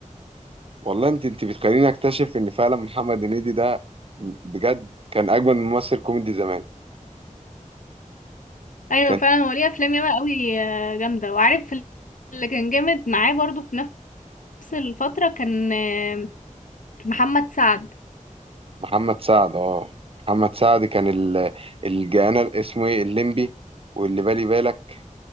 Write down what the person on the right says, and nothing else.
والله انت انت بتخليني اكتشف ان فعلا محمد هنيدي ده بجد كان اجمل ممثل كوميدي زمان
كان
محمد سعد اه محمد سعد كان ال- الجانا اسمه ايه الليمبي واللي بالي بالك